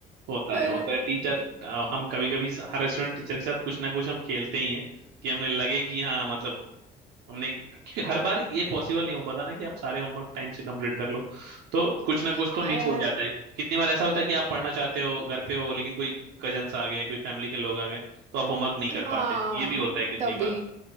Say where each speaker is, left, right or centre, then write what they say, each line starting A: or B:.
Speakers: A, on the right (about 85°); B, on the right (about 40°).
A: होता
B: पर
A: है होता है टीचर हम कभी कभी हर स्टूडेंट टीचर के साथ कुछ ना कुछ हम खेलते ही हैं कि हमें लगे कि हाँ मतलब हमने क्योंकि हर बार ये पॉसिबल नहीं हो पाता ना कि आप सारे होमवर्क टाइम से कंप्लीट कर लो तो कुछ ना
B: हाँ
A: कुछ तो मिस
B: यार
A: हो जाता है कितनी बार ऐसा होता है कि आप पढ़ना चाहते हो घर पे हो लेकिन कोई कजन्स आ गए कोई फैमिली के लोग आ गए तो आप होमवर्क नहीं
B: हाँ
A: कर पाते ये भी होता है कितनी
B: तभी
A: बार